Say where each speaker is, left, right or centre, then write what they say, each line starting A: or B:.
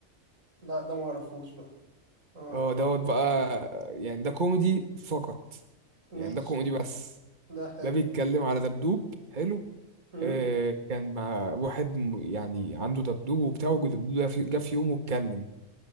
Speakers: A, on the right; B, on the right.
A: لا ده ما اعرفوش بقى آه،
B: اه دوت بقى يعني ده كوميدي فقط يعني
A: ماشي
B: ده كوميدي بس
A: ده حلو
B: ده بيتكلم على دبدوب حلو
A: امم
B: آه كان مع واحد م- يعني عنده دبدوب وبتاع والدبدوب ده في- جه في يوم واتكلم